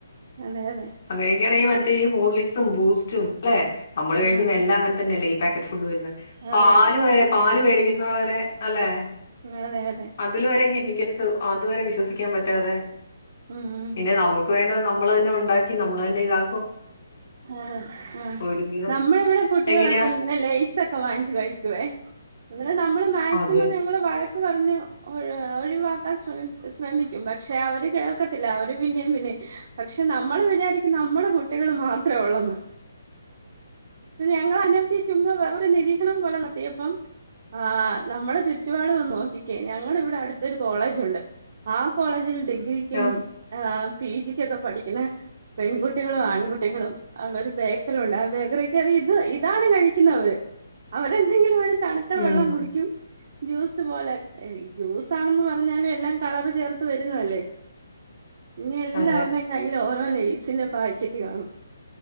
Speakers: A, on the right (about 50°); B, on the left (about 55°).
A: അതെ അതെ
B: അങ്ങനെയൊക്കെയാണെങ്കി മറ്റേ ഈ ഹോർലിക്സും ബൂസ്റ്റും ല്ലെ അമ്മള് കഴിക്കുന്ന
A: ആ
B: എല്ലാം അങ്ങൻ തന്നെയല്ലേ ഈ പാക്കറ്റ് ഫുഡ് വരുന്ന പാല്
A: അതെ അതെ
B: വരെ പാല് മേടിക്കുന്നവരെ അല്ലെ
A: അതെ യതെ
B: അതില് വരെ കെമിക്കൽസ് അതുവരെ വിശ്വസിക്കാൻ പറ്റാതെ
A: ഉം ഉം
B: ന്നെ നമുക്ക് വേണ്ട നമ്മൾ തന്നെ ഉണ്ടാക്കി നമ്മൾ തന്നെ ഇതാ
A: ആണ് ആഹ
B: ഒരുവിധം
A: നമ്മളിവിടെ കുട്ടികളൊക്കെ
B: എങ്ങനെയാ
A: ഇങ്ങനെ ലയ്സൊക്കെ ഒക്കെ വാങ്ങിച്ച കഴിക്കേ ന്നാ നമ്മൾ മാക്സിമം
B: അതെ
A: ഞങ്ങൾ വ ഴക്ക് പറഞ്ഞ് ഒഴിവാക്കാൻ ശ്ര ശ്രമിക്കും പക്ഷെ അവര് കേൾക്കത്തില്ല അവര് പിന്നെയേും പിന്നേ പക്ഷെ നമ്മള് വിചാരിക്കും നമ്മടെ കുട്ടികൾ മാത്രം ഉള്ളന്ന് ഞങ്ങൾ അനജി ചുമ വേറൊരുതൻ നിരീക്ഷണം കൊല കത്തി അപ്പം ആ നമ്മുടെ ചുറ്റുപാട് വന്ന് നോക്കിക്കേ ഞങ്ങള ഇവിടെ അടുത്തൊരു കോളേജുണ്ട് ആ കോളേജിൽ ഡിഗ്രിക്കും
B: ആ
A: ആ പിജിക്കൊക്കെ പഠിക്ക്ണ പെൺകുട്ടികളും ആൺകുട്ടികളും അവിടെ ഒരു ബേക്കറി ഉണ്ട് ആ ബേക്കറി ചെറിയ ഇത് ഇതാണ് കഴിക്കുന്നവര് അവരെന്തെങ്കിലും ഒരു തണുത്ത
B: ഉം
A: വെള്ളം കുടിക്കും ജ്യൂസ് പോലെ ജ്യൂസ് ആണെന്ന് പറഞ്ഞാലും എല്ലാം കളറ് ചേർത്ത് വരുന്നു അല്ലേ
B: <inaudible>
A: ഇനി ‌ എല്ലാവരുടെ
B: അതെ
A: കയ്യിൽ ഓരോ ലൈസിന്റെ പാക്കറ്റ് കാണും